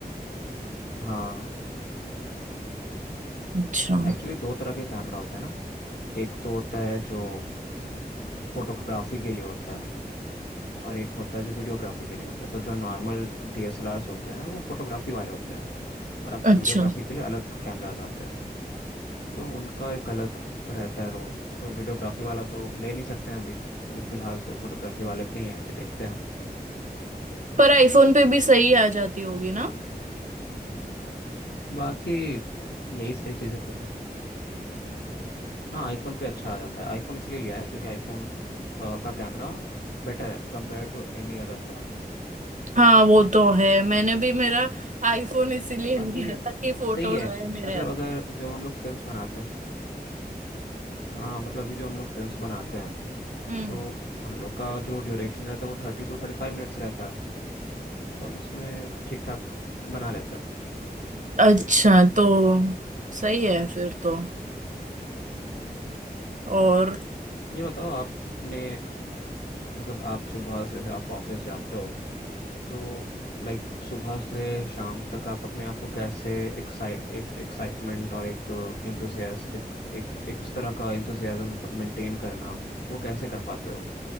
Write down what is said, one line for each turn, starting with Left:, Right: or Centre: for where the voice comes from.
Left: हाँ
Right: अच्छा
Left: एक्चुअली दो तरह के कैमरा होते हैं ना एक तो होता है जो फोटोग्राफी के लिए होता है और एक होता है जो वीडियोग्राफी के लिए होता है तो जो नॉर्मल डीएसएलआरस होते हैं वो फोटोग्राफी वाले होते हैं और आपको
Right: अच्छा
Left: वीडियोग्राफी के लिए अलग कैमराज आते हैं तो उनका एक अलग रहता है रोल तो वीडियोग्राफी वाला तो ले नहीं सकते हैं अभी तो अभी फिलहाल तो फोटोग्राफी वाले पे ही है कि देखते हैं
Right: पर आईफोन पे भी सही आ जाती होगी ना
Left: बाकी यही सारी चीज़ें चल रही हैं हाँ आईफोन पे अच्छा आ जाता है आईफोन इसलिए लिया है क्योंकि आईफोन का कैमरा बेटर है compare to any other phone
Right: हाँ वो तो है मैंने भी मेरा आईफोन इसीलिए
Left: बाकी
Right: लिया था कि फोटोज
Left: सही है
Right: आए मेरे
Left: मतलब
Right: हाथ
Left: अगर जो हम लोग फिल्म्स बनाते हैं हाँ मतलब कि जो हम लोग फिल्म्स बनाते हैं
Right: हम्म
Left: तो हम लोग का जो ड्यूरेशन रहता है वो थर्टी टू थर्टी फाइव मिनट्स रहता है तो हम उसमें ठीक ठाक बना लेते हैं
Right: अच्छा तो सही है फिर तो और
Left: ये बताओ आपने मतलब आप सुबह से से आप ऑफिस जाते हो तो लाइक सुबह से शाम तक आप अपने आप को कैसे एक्साइट एक एक्साइटमेंट और एक एंथुसियास्टिक एक एक उस तरह का एंथुसियाज्म मेंटेन करना वो कैसे कर पाते हो